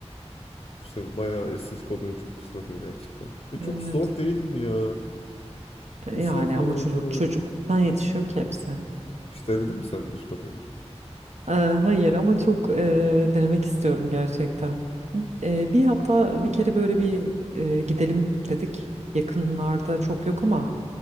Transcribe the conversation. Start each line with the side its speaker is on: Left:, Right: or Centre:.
Left: güzel bayağı estetik oluyor çok güzel oluyor gerçekten. Ve çok
Right: Evet.
Left: zor değil mi ya?
Right: E,
Left: Nasıl
Right: Yani
Left: yapıyorlar
Right: ama
Left: onları
Right: çocuk
Left: öyle?
Right: çocukluktan yetişiyor ki hepsi.
Left: Hiç denedin mi sen buz pateni?
Right: E, hayır ama çok e, denemek istiyorum gerçekten. E, bir hatta bir kere böyle bir e, gidelim dedik. Yakınlarda çok yok ama